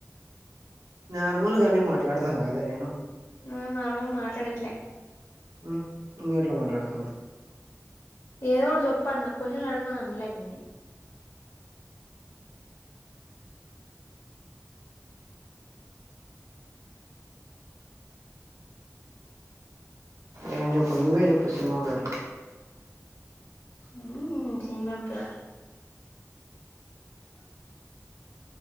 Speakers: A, on the right; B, on the left.
A: నార్మల్ గానే మాట్లాడతన్న కదా నేను
B: నువ్వేం నార్మలు మాట్లాడేట్లే
A: హు ఇంకెట్లా మాట్లాడుతన్న
B: ఏదో ఒకటి చెప్పన్న క్వశ్చన్లు అడగమన్లే నిన్నీ
A: నేను చెప్పా నువ్వే చెప్పు సినిమా పేర్లు
B: హు సినిమా పేర్లు